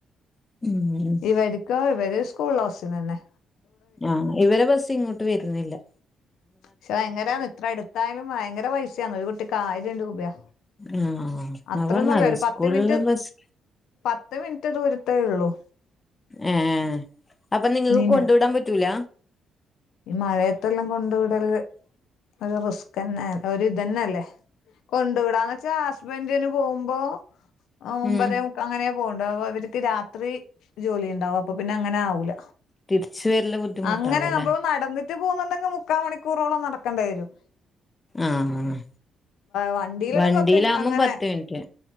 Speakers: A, on the left (about 20°); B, on the left (about 80°).
A: ഉം
B: ഇവർക്കോ ഇവര് സ്കൂളിലസ്സിലെന്നെ
A: ആ ഇവരെ ബസ്സ് ഇങ്ങോട്ട് വരുന്നില്ലാ
B: പക്ഷെ ഭയങ്കരാന്ന് ഇത്ര എടുത്തായാലും ഭയങ്കര പൈസയാന്ന് ഒരു കുട്ടിക്ക് ആയിരം രൂപയാ
A: ആ
B: അത്രൊന്നുല്ല
A: അവണ്ണാ അത്
B: ഒരു
A: സ്കൂളില
B: പത്ത് മിനിറ്റ്
A: ബസ്
B: പത്ത് മിനിറ്റ് ദൂരത്തേള്ളൂ
A: ഏഹ് അപ്പൊ നിങ്ങക്ക്
B: നീന
A: കൊണ്ടുവിടാൻ പറ്റൂല
B: ഈ മഴയത്തെല്ലാം കൊണ്ട് വിടല് ഒരു റിസ്ക്കെന്നെ ഒരു ഇതെന്നെല്ലേ കൊണ്ടുവിടാന്നെച്ചാ ഹസ്ബെന്റിന് പോവുമ്പോ ഒമ്പതേമു
A: ഉം
B: പ്പങ്ങനെ പോവ്ണ്ടാവും അ അവർക്ക് രാത്രി ജോലി ഉണ്ടാവും അപ്പൊപ്പിന്നെ അങ്ങനെ ആവൂല
A: തിരിച്ച് വരല് ബുദ്ധിമുട്ടാവും
B: അങ്ങനെ
A: അല്ലേ
B: അപ്പൊ നടന്നിട്ട് പോകുന്നുണ്ടെങ്കിൽ മുക്കാ മണിക്കൂറോളം നടക്കേണ്ടി വരും
A: ആഹ്
B: വണ്ടിയിലണ്ടെങ്കിൽ
A: വണ്ടിയിലാവുമ്പം
B: പത്ത് മിനിറ്റ് അങ്ങനെ
A: പത്ത് മിനിറ്റ്